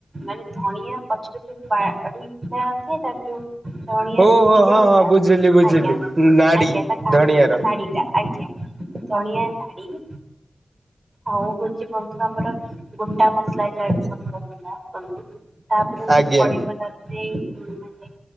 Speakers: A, on the right; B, on the right.
A: ମାନେ ଧନିଆ ପଛରେ ଯଉ ବାଆଡ଼ି ଥାଏ ତା ଯୋଉ ଧଣିଆର
B: ଓହୋ
A: ଯୋଉ ଷ୍ଟେମ୍
B: ହଁ ହଁ
A: ଟା
B: ବୁଝିଲି ବୁଝିଲି।
A: ଆଜ୍ଞା
B: ନାଡି
A: ଆଜ୍ଞା ତା କଣ୍ଡ
B: ଧଣିଆର
A: ନାଡ଼ିଟା ଆଜ୍ଞା। ଧଣିଆ ନାଡ଼ି ଆଉ ହଉଛି ବନ୍ଧୁ ଆମର ଗୋଟା ମସଲା ଯାହା ସବୁ ରହିଲା ବନ୍ଧୁ ତାପରେ ହଉଛି
B: ଆଜ୍ଞା।
A: ପଡ଼ିବ ତା ଦେଇ ଉମ୍ ମାନେ